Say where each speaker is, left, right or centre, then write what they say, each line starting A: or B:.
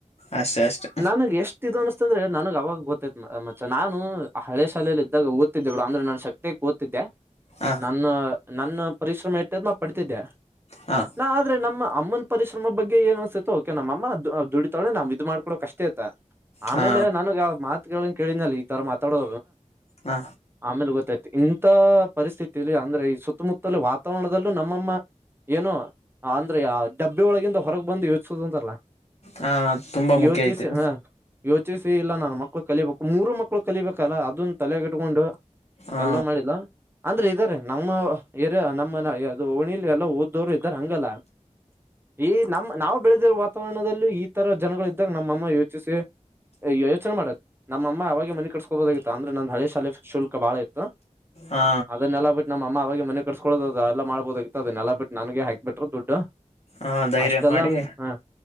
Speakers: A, on the left; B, on the right.
A: ಅಷ್ಟೆ ಅಷ್ಟೆ
B: ನನಗೆ ಎಷ್ಟಿದ ಅನ್ನಿಸಿತು ಅತ್ತಂದ್ರೆ ನನಗ್ ಅವಾಗ ಗೊತ್ತೈತ್ ಮಚ್ಚಾ ನಾನು ಆ ಹಳೆ ಶಾಲೆಯಲ್ಲಿ ಇದ್ದಾಗ ಊ ಬಿಡ ಅಂದ್ರೆ ನನ್ ಶಕ್ತಿಗೆ ಗೊತಿದ್ದೆ
A: ಹಾ
B: ನನ್ನ ನನ್ನ ಪರಿಶ್ರಮ ಇಟ್ಟದ್ ನಾ ಪಡ್ತಿದ್ದೆ
A: ಹಾ
B: ನಾ ಆದ್ರೆ ನಮ್ಮ ಅಮ್ಮನ್ ಪರಿಶ್ರಮ ಬಗ್ಗೆ ಏನ್ ಅನ್ಸತ ಓಕೆ ನಮ್ಮ ಅಮ್ಮ ದುಡಿತಾಳೆ ನಾವ್ ಇದ ಮಾಡ್ಕಡೋಕ್ ಅಷ್ಟೇ ಇತ್ತ ಆಮೇಲೆ
A: ಹಾ
B: ನನಗ್ ಮಾ ಕೇಳಿದನಲ್ಲಿ ಈ ತರಾ ಮಾತಾಡೋ
A: ಹಾ
B: ಆಮೇಲೆ ಗೊತ್ತಾಯ್ತು ಇಂತ ಪರಿಸ್ಥಿತಲ್ಲಿ ಅಂದ್ರೆ ಈ ಸುತ್ತಮುತ್ತ ವಾತಾವರಣದಲ್ಲೂ ನಮ್ಮಮ್ಮ ಏನೋ ಅಂದ್ರೆ ಹಬ್ಬ ಒಳಗಿ ಹೊರಗೆ ಬಂದು ಸುಸ ತರಲ
A: ಹಾ ತುಂಬಾ ಮುಖ್ಯ
B: ಯೋಚಿ
A: ಐತೆ
B: ಹ ಯೋಚಿ ಸೇ ಇಲ್ಲ ನು ಮಕ್ಕಳು ಕಲಿಬೇಕು ಮೂರು ಮಕ್ಳು ಕಲಿಬೇಕಲ್ಲ ಅದನ್ನ ತಲೆಗಿಟ್ಕೊಂಡು
A: ಹಾ
B: ಎಲ್ಲ ಮಾಡಿದಲ್ಲ ಅಂದ್ರೆ ಇದಾರೆ ನಮ್ಮ ನಮ್ಮ ಓಣಲಿ ಎಲ್ಲ ಓದ್ದವ್ರು ಇದ್ದಾರೆ ಹಂಗಲ್ಲ ಈ ನಮ್ಮ್ ನಾವು ಬೆಳ ವಾತಾವರಣದಲ್ಲಿ ಇ ತರ ಜನಗಳು ಇದ್ದಾಗ ನಮ್ಮಅಮ್ಮ ಯೋಚಿಸಿ ಯೋಚನೆ ಮಾಡುತ್ತ ನಮ್ಮಅಮ್ಮ ಅವಾಗ ಮನೆ ಕಟ್ಸ್ಕೋಬಹದಾಗಿತ್ತು ಅಂದ್ರೆ ನ ಹಳೆ ಶಾಲೆ ಶುಲ್ಕ ಬಾಳ ಇತ್ತು
A: ಹಾ
B: ಅದನ್ನೆಲ್ಲ ಬಿಟ್ಟು ನಮ್ಮಅಮ್ಮ ಅವಾಗ ಮನೆ ಕಟ್ಸ್ಕೊಡೋದ ಅದ ಎಲ್ಲ ಮಾಡ್ಬೋದತದನ್ನೆಲ್ಲ ಬಿಟ್ಟ ನನ್ಗೆ ಹಾಕಿ ಬಿಟ್ಟರು ದುಡ್ಡು
A: ಹಾ ಧೈರ್ಯ
B: ಅಷ್ಟೆಲ್ಲ
A: ಮಾಡಿ
B: ಹ